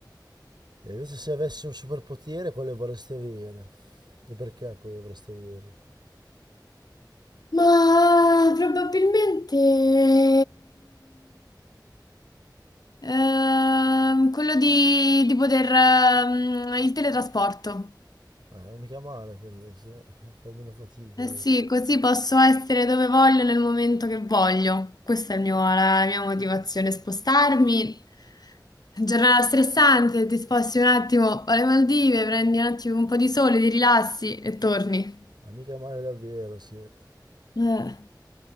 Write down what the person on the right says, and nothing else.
E invece se avessi un superpotere, quale vorresti avere? E perché poi vorresti averlo?
Ah, mica male quello, lì, sì. eh. Fai meno fatica
dopo.
Ah, mica male davvero, sì. E